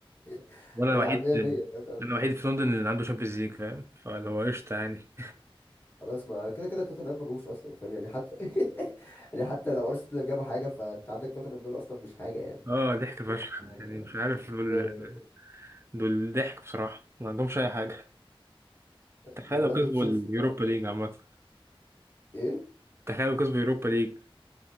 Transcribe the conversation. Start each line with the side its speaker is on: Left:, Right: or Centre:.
Left: <laughs>
Right: وانا
Left: انا
Right: الوحيد
Left: على 100 100 فاهم قوي
Right: انا الوحيد في لندن اللي عنده شامبيونز ليج فاهم فاللي هو قشطه يعني
Left: خلاص ما كده كده توتنهام ما جابوش اصلا فاهم يعني حتى <laughs> يعني حتى لو ارسنال جابوا حاجه فانت عندك توتنهام دول اصلا مش حاجه يعني
Right: <laughs> اه ضحك فشخ
Left: آه،
Right: يعني مش عارف دول
Left: ب-
Right: دول ضحك بصراحه ما عندهمش اي حاجه تخيل
Left: بمناسبه
Right: لو كسبوا
Left: تشيلسي
Right: اليوروبا
Left: بقى
Right: ليج عامه <laughs>
Left: ايه
Right: تخيل لو كسبوا اليوروبا ليج